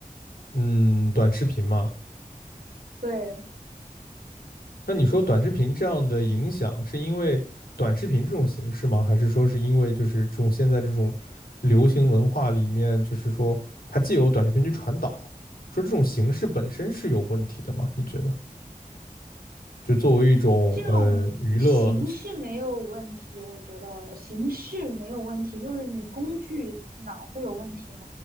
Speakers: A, on the left; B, on the right.
A: 嗯，短视频嘛。
B: 对，
A: 那你说短视频这样的影响，是因为短视频这种形式吗？还是说是因为就是这种现在这种流行文化里面，就是说它既有短视频去传导，说这种形式本身是有问题的吗？你觉得？就作为一种呃娱乐，
B: 这种形式没有问题，我觉得形式没有问题，就是你工具哪会有问题呢？